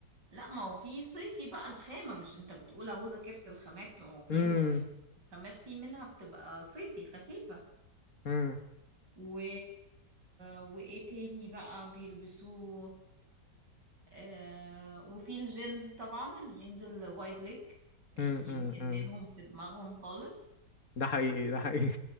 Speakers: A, on the right (about 90°); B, on the left (about 55°).
A: لا ما هو في صيفي بقى الخامة مش انت بتقول اهو ذاكرت الخامات ما هو في
B: امم
A: الخ- الخامات في منها بتبقى صيفي خفيفة
B: امم
A: و... وايه تاني بقى بيلبسوه آه... وفي الجينز طبعا الجينز الوايد ليج يعني
B: امم
A: مجننهم في دماغهم خالص
B: ده حقيقي ده حقيقي